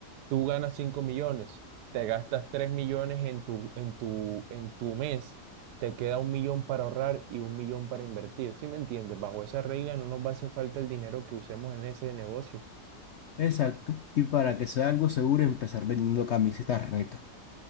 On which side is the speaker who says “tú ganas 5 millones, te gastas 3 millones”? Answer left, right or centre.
Right